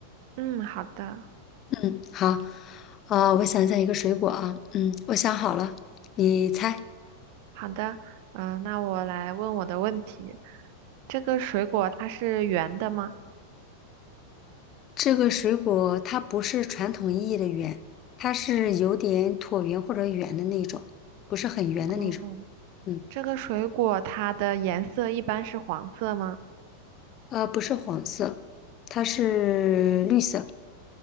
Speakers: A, on the right (about 45°); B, on the left (about 30°).
A: 嗯，好的，
B: 嗯，好。啊、我想想一个水果啊，嗯，我想好了，你猜
A: 好的，嗯、那我来问我的问题。这个水果它是圆的吗？
B: 这个水果它不是传统意义的圆，它是有点椭圆或者圆的那种，不是很圆的那种。
A: 哦，
B: 嗯，
A: 这个水果它的颜色一般是黄色吗？
B: 呃，不是黄色，它是绿色。